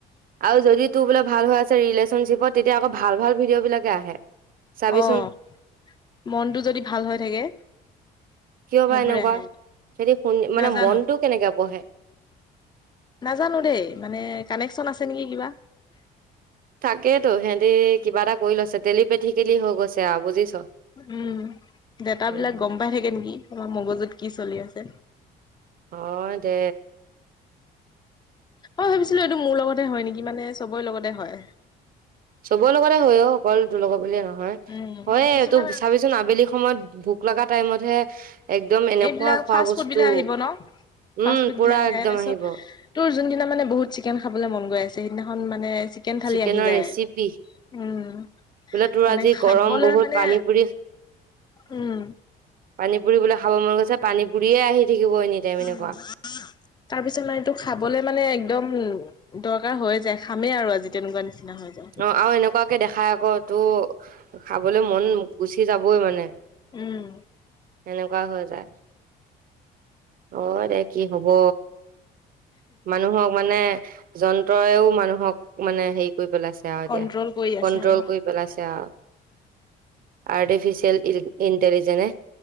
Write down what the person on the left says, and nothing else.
অ'হ। মনটো যদি ভাল হৈ থাকে।
সেইবোৰে
আহে
নাজানো
নাজানো দেই, মানে কানেকচন আছে নেকি কিবা।
উম, ডাতা
বিলাক গম পাই থাকে নেকি, সি- মগজুত কি চলি আছে।
অ, ভাবিছিলো এইটো মোৰ লগতে হয় নেকি মানে চ'বৰে লগতে হয়।
উম
কিছুমান
এইবিলাক
ফাষ্ট
ফুড বিলাক আহিব ন ফাষ্ট
ফুড
বিলাক আহে
তাৰপিছত
তোৰ যোনদিনা মানে বহুত চিকেন খাবলৈ মন গৈ আছে সেইদিনাখন মানে চিকেন থালি
আহি যায়।
উম,
মানে
খাবলৈ
মানে,
উম,
তাৰপিছত
মান এইটো খাবলে মানে একদম দৰকাৰ হৈ যায়, খামেই আৰু আজি তেনেকুৱা নিচিনা হৈ যায়।
উম,
কন্ট্ৰল কৰি আছে
আৰু